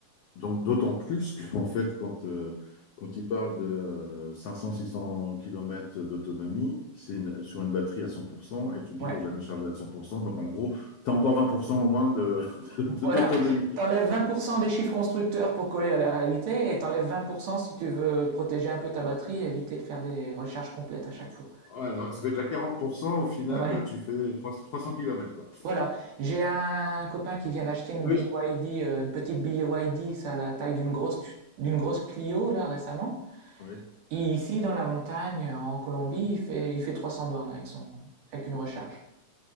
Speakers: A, on the left; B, on the right.
A: donc d'autant plus qu'en fait, quand, euh, quand il parle de 500-600 kilomètres d'autonomie, c'est une- sur une batterie à 100%, et tu dis
B: Ouais.
A: qu'il ne faut jamais charger à 100%. Donc en gros, tu as encore 20% au moins de, <laughs> de-
B: Voilà.
A: d'autonomie.
B: T'enlèves 20% des chiffres constructeurs pour coller à la réalité et t'enlèves 20% si tu veux protéger un peu ta batterie et éviter de faire des recharges complètes à chaque fois.
A: Ouais, donc ça fait déjà 40%. Au final,
B: Ouais.
A: tu fais trois cents trois cents kilomètres quoi.
B: Voilà, j'ai un copain qui vient d'acheter une
A: Oui.
B: BYD, euh, une petite BYD, ça a la taille d'une grosse d'une grosse Clio là récemment.
A: Oui,
B: Et ici dans la montagne en Colombie, il fait il fait 300 bornes avec son avec une recharge.